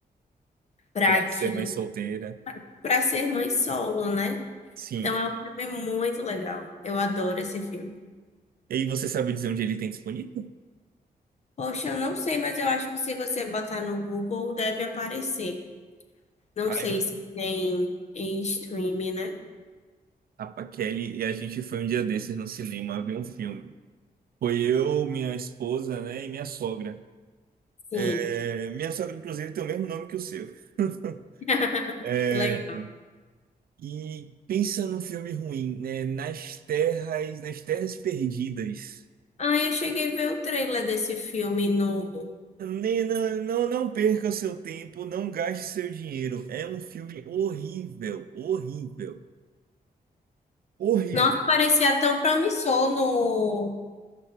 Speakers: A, on the left; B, on the right.
A: para
B: Pra
A: que
B: ser mais solteira,
A: para ser mãe solo, né?
B: sim.
A: Então é um filme muito legal. Eu adoro esse filme.
B: E aí você sabe dizer onde ele tem disponível?
A: Poxa, eu não sei, mas eu acho que se você botar no Google deve aparecer. Não
B: Ai,
A: sei se tem em streaming, né?
B: a Kelly e a gente foi um dia desses no cinema ver um filme. Foi eu, minha esposa, né, e minha sogra.
A: Sim.
B: É, minha sogra, inclusive, tem o mesmo nome que o seu. <laughs>
A: <laughs>
B: É,
A: Que legal.
B: E pensa num filme ruim, né? Nas terras, nas terras perdidas.
A: Ah, eu cheguei a ver o trailer desse filme no.
B: Nem- Não, não, não perca seu tempo, não gaste seu dinheiro. É um filme horrível, horrível, horrível.
A: Nossa, parecia tão promissor no